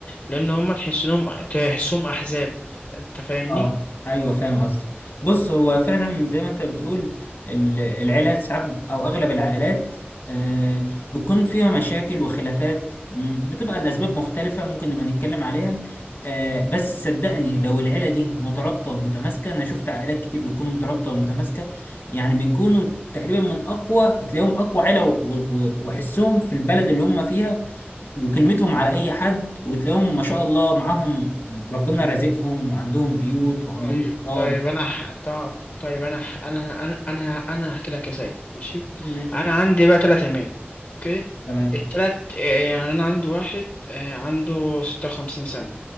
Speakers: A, on the left; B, on the left.
A: لأن هما تحسهم تحسهم أحزاب أنت فاهمني؟
B: اه ايوه فاهم قصدك بص هو فعلا زي ما انت بتقول ال- العيلات ساعات او اغلب العائلات آه بتكون فيها مشاكل وخلافات مم، بتبقى الاسباب مختلفه ممكن نبقى نتكلم عليها آه بس صدقني لو العيله دي مترابطه ومتماسكه انا شفت عائلات كتير بتكون مترابطه ومتماسكه يعني بيكونوا تقريبا من اقوى تلاقيهم اقوى عيله و- و- وحسهم في البلد اللي هم فيها وكلمتهم على اي حد وتلاقيهم ما شاء الله معاهم ربنا رازقهم عندهم بيوت وعندهم
A: طيب
B: اراضي
A: طيب انا ح... ط- طيب انا ح... انا انا انا انا هحكي لك يا سيد ماشي
B: احكي لي ماشي
A: انا عندي بقى ثلاث عمال اوكي
B: تمام
A: التلات آه، يعني انا عندي واحد آه، عنده ستة وخمسين سنة